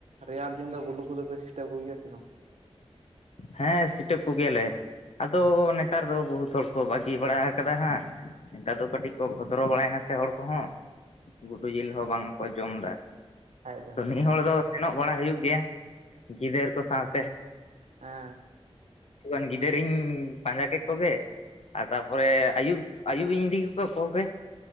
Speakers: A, on the right; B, on the left.
A: ᱨᱮᱭᱟᱲ ᱫᱤᱱ ᱫᱚ ᱜᱩᱰᱩ ᱠᱚᱫᱚᱯᱮ ᱥᱤᱴᱟᱹᱣ ᱠᱚᱜᱮᱭᱟ ᱥᱮ ᱵᱟᱝ?
B: ᱦᱮᱸ ᱥᱤᱴᱟᱹᱵᱽ ᱠᱚᱜᱮᱭᱟᱞᱮ ᱟᱫᱚ ᱱᱮᱛᱟᱨ ᱫᱚ ᱵᱚᱦᱩᱛ ᱦᱚᱲ ᱠᱚ ᱵᱟᱹᱜᱤ ᱵᱟᱲᱟᱣ ᱠᱟᱫᱟ ᱦᱟᱸᱜ᱾ ᱱᱮᱛᱟᱨ ᱫᱚ ᱠᱟᱹᱴᱤᱡ ᱠᱚ ᱵᱷᱚᱫᱨᱚ ᱵᱟᱲᱟᱭᱱᱟ ᱥᱮ ᱦᱚᱲ ᱠᱚᱦᱚᱸ ᱜᱩᱴᱩ ᱡᱤᱞ ᱦᱚᱸ ᱵᱟᱝᱠᱚ ᱡᱚᱢ ᱫᱟ
A: ᱠᱷᱟᱡ ᱫᱚ
B: ᱛᱚ ᱱᱮ ᱦᱚᱲ ᱫᱚ ᱥᱮᱱᱚᱜ ᱵᱟᱲᱟ ᱦᱩᱭᱩᱜ ᱜᱤᱫᱟᱹᱨ ᱠᱚ ᱥᱟᱶᱛᱮ
A: ᱟᱸ
B: ᱠᱤᱪᱷᱩᱜᱟᱱ ᱜᱤᱫᱟᱹᱨᱤᱧ ᱯᱟᱸᱡᱟ ᱠᱮᱫᱼᱼ ᱠᱚᱜᱮ ᱟᱨ ᱛᱟᱯᱚᱨᱮ ᱟᱹᱭᱩᱵ ᱟᱹᱭᱩᱵ ᱤᱧ ᱤᱫᱤ ᱦᱚᱜᱴᱚ ᱠᱚ ᱜᱮ